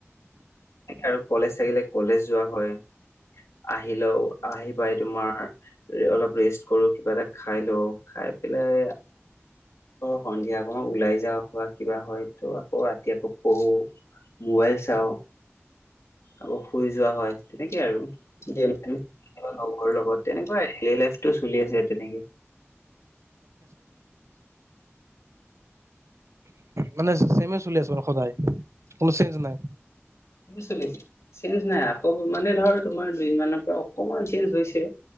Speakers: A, on the left (about 80°); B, on the right (about 85°).
A: আৰু কলেজ থাকিলে কলেজ যোৱা হয় আহি লও আহি পাই তোমাৰ অলপ ৰেষ্ট কৰো কিবা এটা খাই লওঁ খাই পেলাই সন্ধিয়া সময়ত ওলাই যাওঁ বা কিবা হয় ত আকৌ ৰাতি আকৌ পঢ়ো। মোবাইল চাওঁ। আকৌ শুই যোৱা হয়। তেনেকে আৰু গেম লগৰ লগত তেনেকুৱাই লাইফটো চলি আছে তেনেকে
B: মানে চম চল আছে মানে সদায় কোনো চেঞ্জ নাই
A: চলি আছে, চেঞ্জ নাই আকৌ মানে ধৰ তোমাৰ দুদিনমানৰ পৰা অকমান চেঞ্জ হৈছে